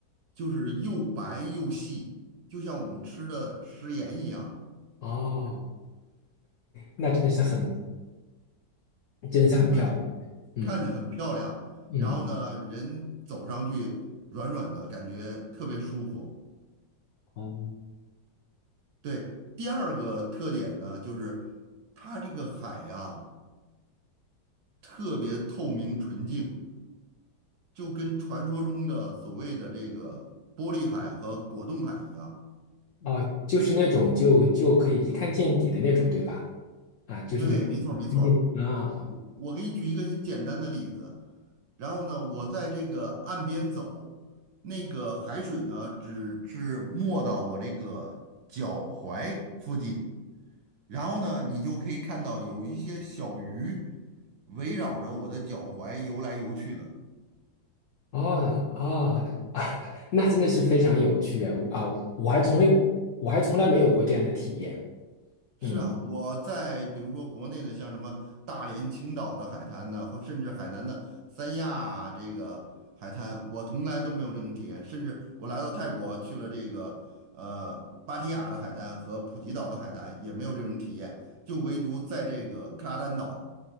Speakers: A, on the right (about 70°); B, on the left (about 75°).
A: 就是又白又细，就像我们吃的食盐一样。
B: 哦，那真的是很，真的是很漂亮，
A: 对。
B: 嗯
A: 看着很漂亮，
B: 嗯，
A: 然后呢，人走上去软软的，感觉特别舒服。
B: 哦
A: 对，第二个特点呢，就是它这个海呀，特别透明纯净，就跟传说中的所谓的这个玻璃海和果冻海一样。
B: 哦，就是那种就就可以一看见底的那种，对吧？啊，就是那种一看见底啊
A: 对，没错儿没错儿。我我给你举一个很简单的例子，然后呢，我在这个岸边走，那个海水呢只是没到我这个脚踝附近，然后呢，你就可以看到有一些小鱼围绕着我的脚踝游来游去的。
B: 哦哦，啊，<laughs> 那真的是非常有趣哎啊！我还从来我还从来没有过这样的体验。
A: 是啊，
B: 嗯，
A: 我在比如说国内的，像什么大连、青岛的海滩呢，或甚至海南的三亚这个海滩，我从来都没有这种体验。甚至我来到泰国去了这个呃芭提雅的海滩和普吉岛的海滩，也没有这种体验，就唯独在这个克拉丹岛